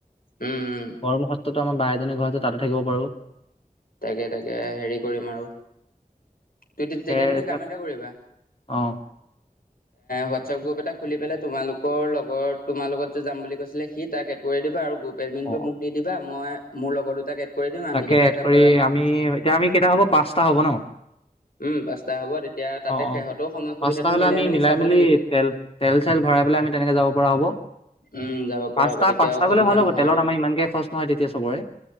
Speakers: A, on the left; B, on the left.
A: উম উম
B: গৰ্মুৰ সত্ৰতো আমাৰ বাই এজনী ঘৰতে তাতো থাকিব পাৰো
A: তাকে তাকে হেৰি কৰিম আৰু তেতিয়া
B: তাকে
A: তুমি
B: এইবিলাক
A: কাম এটা কৰিবা
B: অ
A: হোৱাটছআপ গ্ৰুপ এটা খুলি পেলাই তোমালোকৰ লগৰ তোমাৰ লগত যে যাম বুলি কৈছিলে সি তাক এড কৰি দিবা আৰু গ্ৰুপ পেমেণ্টটো
B: অ
A: মোক দি দিবা মই মোৰ লগৰ দুটাক এড কৰি দিম আমি
B: তাকে
A: কেইটা
B: এড
A: এটা
B: আমি এতিয়া আমি কেইটা হ'ব পাঁচটা হ'ব ন
A: উম পাঁচটা হ'ব তেতিয়া তাতে
B: অ
A: সিহঁতৰো
B: অ
A: সময় সুবিধাটো
B: পাঁচটা হলে আমি মিলাই
A: চাব
B: মেলি
A: লাগিব
B: তেল তেল চেল ভৰাই পেলাই আমি তেনেকে যাব পৰা হ'ব
A: উম যাব পৰা
B: পাঁচটা
A: হ'ব তেতিয়া
B: পাঁচটা
A: অসুবিধা
B: গ'লে ভাল
A: নহয়
B: হ'ব তেলত
A: আৰু
B: আমাৰ ইমানকে খৰচ নহয় তেতিয়া চবৰে